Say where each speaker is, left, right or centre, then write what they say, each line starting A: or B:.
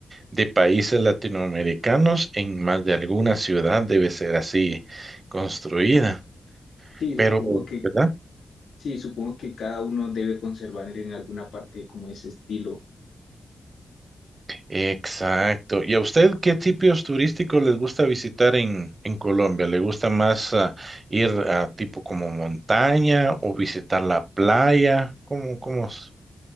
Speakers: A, on the right (about 30°); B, on the left (about 75°).
A: de países latinoamericanos, en más de alguna ciudad debe ser así construida,
B: Sí,
A: pero,
B: supongo que
A: ¿verdad?
B: Sí, supongo que cada uno debe conservar en alguna parte como ese estilo,
A: Exacto. ¿Y a usted qué tipos turísticos les gusta visitar en, en Colombia? ¿Le gusta más ah, ir a tipo como montaña o visitar la playa? ¿Cómo, cómo? es?